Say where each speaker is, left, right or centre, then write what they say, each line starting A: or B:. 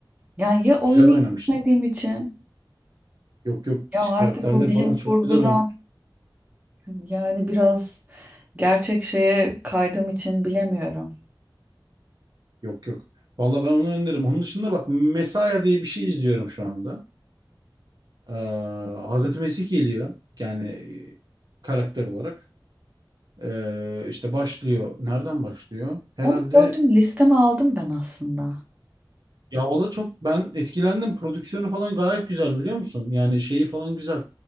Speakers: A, on the right; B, on the right.
A: yani ya oyunu
B: Güzel oynamışlar.
A: izlemediğim için
B: Yok yok
A: ya artık
B: karakterleri
A: bu bilim
B: falan
A: kurgudan
B: çok güzel oynamış.
A: Yani biraz gerçek şeye kaydığım için bilemiyorum.
B: Yok yok. Vallahi ben onu öneririm. Onun dışında bak Mesaya diye bir şey izliyorum şu anda. Ee, Hazreti Mesih geliyor. Yani e, karakter olarak. Ee, işte başlıyor. Nereden başlıyor? Herhalde
A: Onu gördüm, listeme aldım ben aslında.
B: Ya valla çok ben etkilendim. Prodüksiyonu falan gayet güzel biliyor musun? Yani şeyi falan güzel.